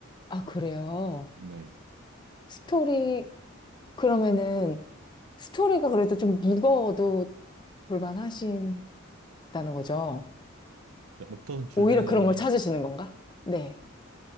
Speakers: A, on the left; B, on the right.
A: 아, 그래요.
B: 네.
A: 스토리 그러면은 스토리가 그래도 좀 무거워도 볼만하신다는 거죠.
B: 어떤 주제,
A: 오히려 그런 걸 찾으시는 건가? 네.